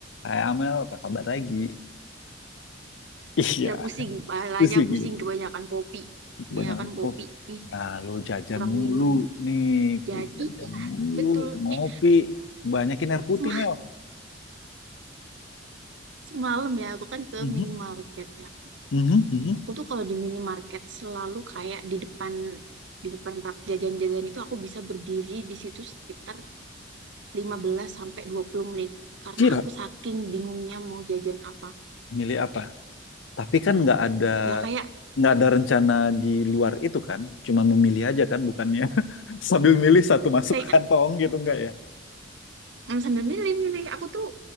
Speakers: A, on the left; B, on the right.
A: Hai Amel, apa kabar lagi? <laughs> Iya,
B: Gila pusing, palanya
A: pusing
B: pusing
A: ini.
B: kebanyakan kopi.
A: Kebanyakan
B: Kebanyakan kopi
A: kopi.
B: nih,
A: Nah, lo jajan
B: kurang
A: mulu
B: minum.
A: nih, ku
B: Jadi
A: jajan
B: ya,
A: mulu,
B: betul.
A: ngopi,
B: Eh,
A: banyakin air putih
B: sema-
A: Mel.
B: semalam ya, aku kan ke
A: Mhm,
B: minimarket ya.
A: mhm, mhm.
B: Aku tuh kalau di minimarket selalu kayak di depan di depan rak jajan-jajan itu aku bisa berdiri di situ sekitar 15 sampai 20 menit karena
A: Kira,
B: aku saking bingungnya mau jajan apa.
A: Milih apa? Tapi kan nggak ada
B: Ya kayak
A: nggak ada rencana di luar itu kan, cuman memilih aja kan, bukannya <laughs> sambil milih satu masuk
B: kayak
A: kantong gitu nggak ya?
B: mm, sambil milih-milih aku tuh